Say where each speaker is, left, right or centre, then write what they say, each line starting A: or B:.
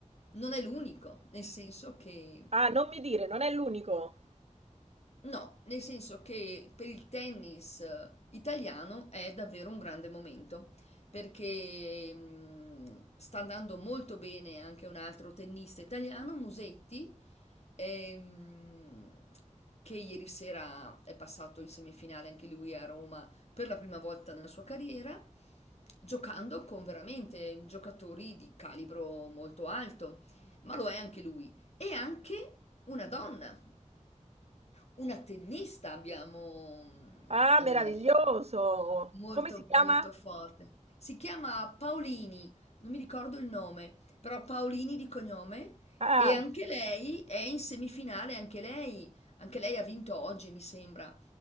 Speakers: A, on the left (about 55°); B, on the right (about 55°).
A: non è l'unico, nel senso che
B: Ah, non mi dire, non è l'unico.
A: No, nel senso che per il tennis eh, italiano è davvero un grande momento, perché mh, sta andando molto bene anche un altro tennista italiano, Musetti, ehm, che ieri sera è passato in semifinale anche lui a Roma per la prima volta nella sua carriera, giocando con veramente giocatori di calibro molto alto, ma lo è anche lui, e anche una donna una tennista abbiamo, mhmm,
B: Ah,
A: ehm,
B: meraviglioso.
A: molto,
B: Come si chiama?
A: molto forte. Si chiama Paolini, non mi ricordo il nome, però Paolini di cognome
B: Ah,
A: e anche lei è in semifinale, anche lei anche lei ha vinto oggi, mi sembra.